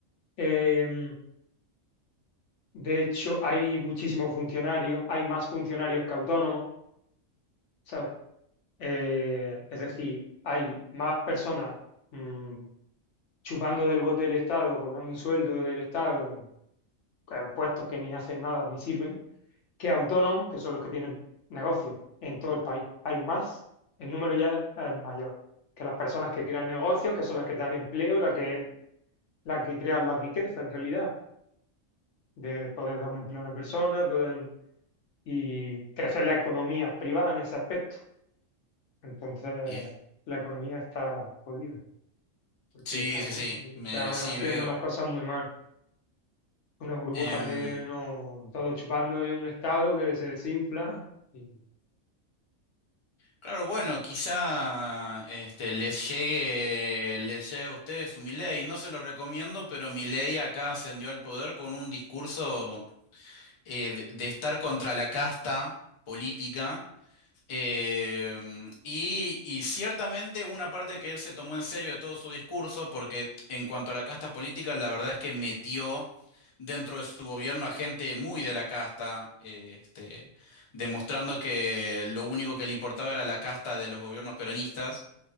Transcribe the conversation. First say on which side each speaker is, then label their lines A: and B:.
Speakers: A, on the left; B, on the left.
A: Eh, de hecho, hay muchísimos funcionarios, hay más funcionarios que autónomos, ¿sabes? Eh, es decir, hay más personas mm, chupando del bote del Estado, cobrando un sueldo del Estado, en puestos que ni hacen nada, ni sirven que autónomos, que son los que tienen negocios en todo el país. Hay más, el número ya es mayor, que las personas que crean negocios, que son las que dan empleo, las que, las que crean la riqueza en realidad, de poder dar un empleo a una persona poder, y crecer la economía privada en ese aspecto. Entonces,
B: Y-
A: la economía está jodida, porque
B: sí,
A: está,
B: sí,
A: con-
B: sí, me,
A: está
B: sí
A: haciendo
B: veo.
A: las cosas muy mal. Una burbuja
B: Em,
A: que no, todo chupando de un estado que se desinfla y
B: claro, bueno, quizá este, les llegue, les llegue a ustedes su Milei. No se los recomiendo, pero Milei acá ascendió al poder con un discurso eh, de de estar contra la casta política Em, y, y ciertamente una parte que él se tomó en serio de todo su discurso, porque en cuanto a la casta política, la verdad es que metió dentro de su gobierno a gente muy de la casta, eh, este, demostrando que lo único que le importaba era la casta de los gobiernos peronistas.